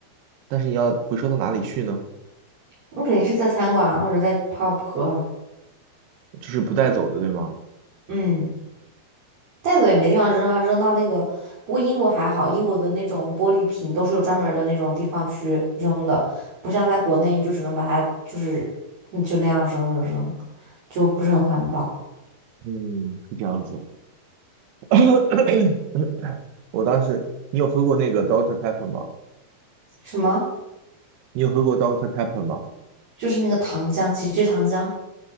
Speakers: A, on the right; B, on the right.
A: 但是你要回收到哪里去呢？
B: 你肯定是在餐馆啊或者在 pub 喝啊。
A: 就是不带走的，对吗？
B: 嗯。带走也没地方扔啊，扔到那个。不过英国还好，英国的那种玻璃瓶都是有专门儿的那种地方去扔的，不像在国内，你就只能把它就是嗯就那样扔着扔，就不是很环保。
A: 嗯，是这样子。<coughs> 我当时，你有喝过那个 Doctor Pepper 吗？
B: 什么？
A: 你有喝过 Doctor Pepper 吗？
B: 就是那个糖浆，极致糖浆